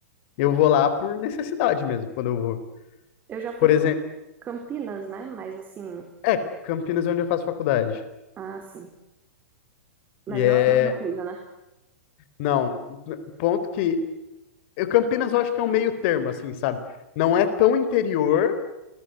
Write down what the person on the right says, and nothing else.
Eu já fui
pra
Campinas, né? Mas assim,
ah, sim. Mas
não é a mesma coisa, né?